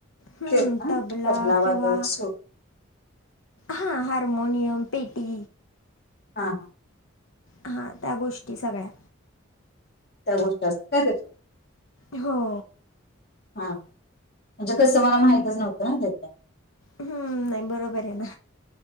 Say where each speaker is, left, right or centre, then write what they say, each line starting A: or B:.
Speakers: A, on the left (about 85°); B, on the left (about 50°).
A: हम्म
B: तेच ना
A: तबला
B: वादक
A: किंवा
B: सो
A: हां हारमोनियम पेटी
B: हां हा.
A: हां त्या गोष्टी सगळ्या
B: त्या गोष्टी असतात काय त्याच्यात?
A: हो.
B: हां. म्हणजे कसं मला माहितच नव्हतं ना त्यात काय?
A: हं, नाही बरोबर आहे ना.